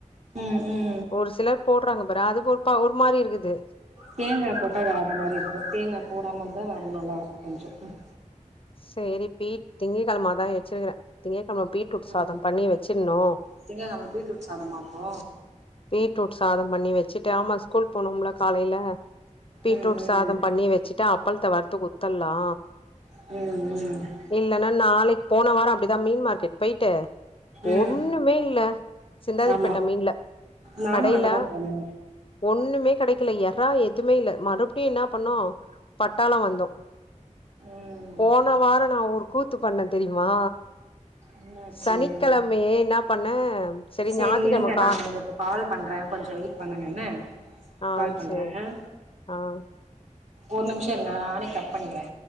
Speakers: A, on the right (about 60°); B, on the left (about 45°).
A: ம் ம்
B: ஒரு சிலர் போடுறாங்க பாரே அது ஒருப்பா ஒரு மாரி இருக்குது
A: தேங்கா போட்டா வேற மாரி இருக்கு தேங்கா போடாம இருந்தா அது நல்லா இருக்கு கொஞ்சோ ம்
B: சரி பீட் திங்க கெழம அதா வெச்சிருக்கறே திங்க்கெழமை பீட்ரூட் சாதம்
A: ம்
B: பண்ணி வெச்சின்ணு
A: திங்ககெழம பீட்ரூட் சாதமா அப்போ
B: பீட்ரூட் சாதம் பண்ணி வச்சுட்டு ஆமா ஸ்கூல் போனும்ல காலைல பீட்ரூட்
A: ம் ம்
B: சாதம் பண்ணி வெச்சுட்டா அப்பள்த்த வர்த்து குத்தர்லா
A: ம் ம்
B: இல்லன்னா நாளைக்கு போன வாரோ அப்டிதா மீன் மார்க்கெட் போயிட்டு
A: ம்
B: ஒன்னுமே இல்ல சிந்தாதிரிபேட்ட
A: ஆமா
B: மீன்ல
A: நானு
B: கடைல
A: அங்கதா போனே
B: ஒண்ணுமே கிடைக்கல எறா எதுவுமே இல்ல மறு அப்டி என்ன பண்ணோம் பட்டாளம் வந்தோம்
A: ம்
B: போன வாரம் நான் ஒரு கூத்து பண்ணே தெரியுமா
A: என்னாச்சு
B: சனிக்கெழமையே என்னாப் பண்ண சரி
A: சேரி
B: ஞாத்துக்கெழம
A: இருங்க
B: கா
A: நான் உங்களுக்கு கால் பண்றேன் கொஞ்சம் வெயிட் பண்ணுங்க என்ன
B: ஆ
A: கால் பண்றேன்
B: சேர் ஆ
A: ஒரு நிமிஷ இருங்க நானே கட் பண்ணிக்கிறே